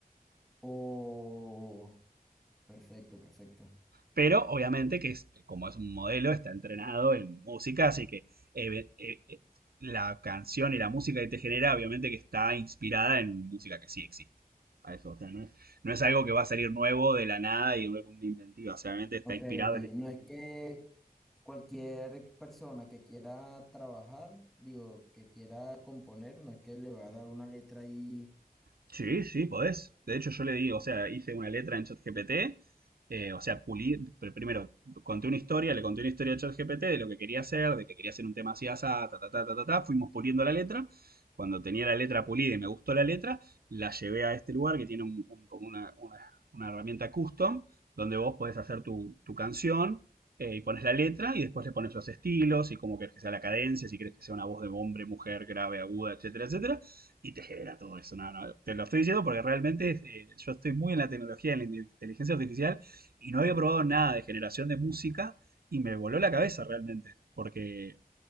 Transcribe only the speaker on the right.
Pero obviamente que es, como es un modelo, está entrenado en música, así que eh, eh, eh, la canción y la música que te genera, obviamente que está inspirada en música que sí existe. A eso, o sea, no es, no es algo que va a salir nuevo de la nada y una una inventiva, o sea, obviamente está
inspirado
en
Sí, sí, podés. De hecho, yo le di, o sea, hice una letra en ChatGPT, eh, o sea, pulí, pr- primero conté una historia, le conté una historia a ChatGPT de lo que quería hacer, de que quería hacer un tema así, asá, ta, ta, ta, ta, ta, ta, fuimos puliendo la letra. Cuando tenía la letra pulida y me gustó la letra, la llevé a este lugar que tiene un- un- como una, una- una herramienta custom, donde vos podés hacer tu, tu canción eh, y pones la letra y después le pones los estilos y cómo querés que sea la cadencia, si querés que sea una voz de hombre, mujer, grave, aguda, etcétera, etcétera y te genera todo eso. No, no, te lo estoy diciendo porque realmente eh, yo estoy muy en la tecnología, en la inteligencia artificial y no había probado
nada de generación de música y me voló la cabeza realmente, porque